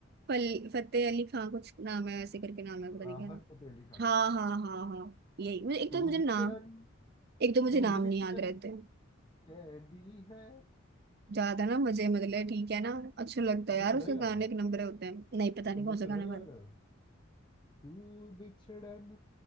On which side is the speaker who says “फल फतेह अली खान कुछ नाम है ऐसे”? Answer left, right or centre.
Right